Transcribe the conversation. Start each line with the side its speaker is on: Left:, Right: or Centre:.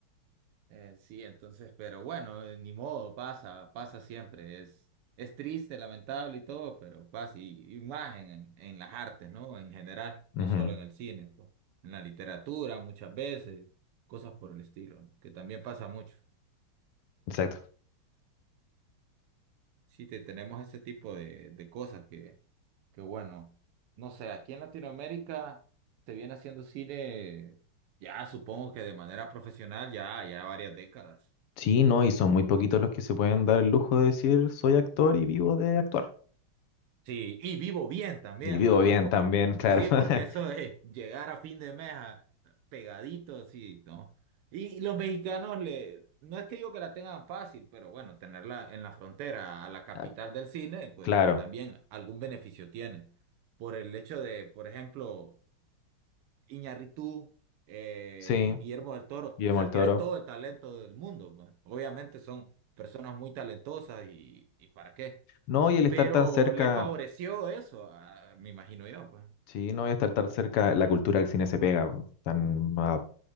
Right: Eh, sí, entonces, pero bueno, eh, ni modo, pasa, pasa siempre. Es, es triste, lamentable y todo, pero pasa, y, y más en, en, en las artes, ¿no? En general,
Left: ujú,
Right: no solo en el cine, pues, en la literatura muchas veces, cosas por el estilo, ¿no? Que también pasa mucho.
Left: Exacto.
Right: Sí, te, tenemos ese tipo de, de cosas Qué bueno. No sé, aquí en Latinoamérica se viene haciendo cine ya supongo que de manera profesional ya, ya varias décadas.
Left: Sí, no, y son muy poquitos los que se pueden dar el lujo de decir soy actor y vivo de actuar.
Right: Sí, y vivo bien también,
Left: Y vivo
Right: va, no
Left: bien
Right: es como
Left: también,
Right: que...
Left: claro.
Right: Sí,
Left: <laughs>
Right: porque eso de llegar a fin de mes a- pegadito, sí, ¿no? Y los mexicanos le... No es que digo que la tengan fácil, pero bueno, tenerla en la frontera, a la capital
Left: Ah,
Right: del cine, pues
Left: Claro,
Right: también algún beneficio tiene. Por el hecho de, por ejemplo... Iñárritu, eh,
Left: sí,
Right: Guillermo del Toro,
Left: Guillermo
Right: o sea,
Left: el Toro.
Right: tienen todo el talento del mundo. ¿va? Obviamente son personas muy talentosas y, y para qué,
Left: No, y el estar
Right: pero
Left: tan cerca.
Right: le favoreció eso, a- me imagino yo, pues.
Left: Sí, no voy a estar tan cerca, la cultura del cine se pega, po, están a,